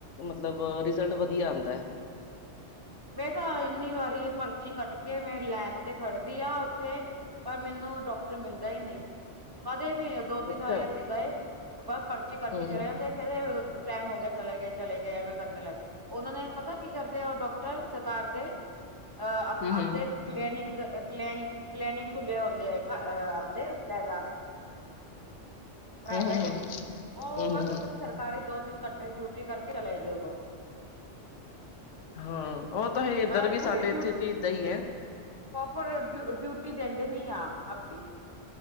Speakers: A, on the left; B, on the right.
A: ਮਤਲਬ ਰਿਜ਼ਲਟ ਵਦੀਆ ਆਂਦਾ ਐ।
B: ਮੈਂ ਤਾਂ ਇੰਨੀ ਵਾਰੀ ਪਰਚੀ ਕੱਟ ਕੇ ਮੈਂ ਲੈਨ ਤੇ ਖੜਦੀ ਆਂ ਓਥੇ ਪਰ ਮੈਨੂੰ ਡਾਕ ਟਰ ਮਿਲਦਾ ਈ ਨਈ। ਕਦੇ ਵੀ ਦੋ-ਤਿੰਨ
A: ਅੱਛਾ
B: ਵਾਰੀ ਅਸੀਂ ਗਏ, ਬਸ ਪਰਚੀ ਕੱਟ
A: ਹਮ
B: ਕੇ ਚਲੇ
A: ਹਮ
B: ਜਾਂਦੇ। ਕਹਰੇ ਟੈਮ ਹੋ ਗਿਆ, ਚਲੇ ਗਏ, ਚਲੇ ਗਏ ਐਵੇੈਂ ਕਰਨੇ ਲੱਗ। ਓਹਨਾਂ ਨੇ ਪਤਾ ਕੀ ਕਰਦੇ ਓਹ ਡਾਕ ਟਰ ਸਰਕਾਰ ਦੇ, ਅਹ ਆਪ
A: ਹਮ
B: ਆਪਦੇ
A: ਹਮ
B: ਕਲੈਨਿਕ ਕ ਕਲੈਨ ਕਲੈਨਿਕ ਖੁੱਲੇ ਹੁੰਦੇ ਆ ਆਪਦੇ, ਅਲੈਦਾ। ਪ੍ਰਾਈਵੇਟ,
A: ਹਮ ਹਮ
B: ਓਹ
A: ਹਮ
B: ਬਸ
A: ਹਮ
B: ਸਰਕਾਰੀ ਦੋ-ਤਿੰਨ ਘੰਟੇ ਡਿਊਟੀ ਕਰਕੇ ਚਲੇ ਜਾਂਦੇ ਓਦੋਂ
A: ਹਾਂ, ਉਹ ਤਾਂ ਹੈ, ਇੱਧਰ
B: ਮਤਲਬ
A: ਵੀ
B: ਪੂਰੀ
A: ਸਾਡੇ
B: ਡਿਊ
A: ਇੱਥੇ ਵੀ ਇਦਾਂ ਈ ਐ।
B: ਪ੍ਰੋਪਰ ਡਿਊ ਡਿਊਟੀ ਦੇਂਦੇ ਨੀ ਆ ਆਪਦੀ।